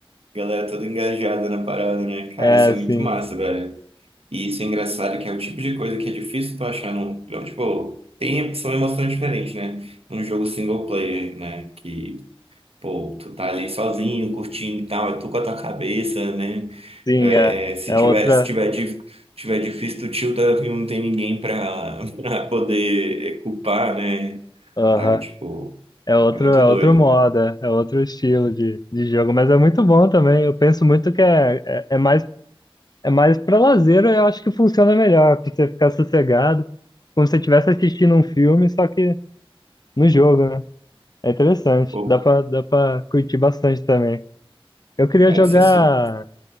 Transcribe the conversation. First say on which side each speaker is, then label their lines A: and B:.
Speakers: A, on the right; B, on the left.
A: galera toda engajada na parada, né? Cara,
B: É,
A: isso é muito
B: sim,
A: massa, velho. E isso é engraçado, que é o tipo de coisa que é difícil tu achar num. não, Tipo, tem, são emoções diferentes, né? Num jogo single player, né? Que, pô, tu tá ali sozinho, curtindo e tal, é tu com a tua cabeça, né?
B: sim,
A: É,
B: é.
A: é, se
B: É
A: tiver,
B: outra.
A: se tiver, dif- tiver difícil, tu tilta e não tem ninguém pra, <laughs> pra poder culpar, né?
B: Aham.
A: Saca, tipo.
B: É outro,
A: É muito
B: é
A: doido.
B: outro modo, é é outro estilo de, de jogo, mas é muito bom também. Eu penso muito que é, é, é mais, é mais para lazer, eu acho que funciona melhor, pra você ficar sossegado, como se você estivesse assistindo um filme, só que no jogo, né? É interessante,
A: Pô,
B: dá pra, dá pra curtir bastante também. Eu queria
A: cara,
B: jogar.
A: isso é su...